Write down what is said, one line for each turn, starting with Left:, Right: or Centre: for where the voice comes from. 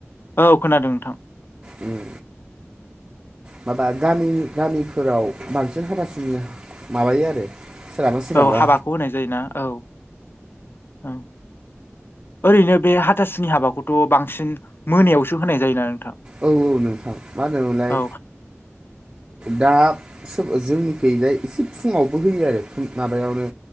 Left: औ खोनादों नोंथां।
Right: उम माबा गामि गामिफोराव बांसिन हाथासुनो माबायो आरो। सोरहाबा सोरहाबा
Left: औ हाबाखौ होनाय जायोना औ औ। ओरैनो बे हाथासुनि हाबाखौथ' बांसिन मोनायावसो होनाय जायोना नोंथां।
Right: औ औ नोंथां मा होनोमोनलाय
Left: औ
Right: दा जोंनि खैजाय एसे फुङावबो होयो आरो माबायावनो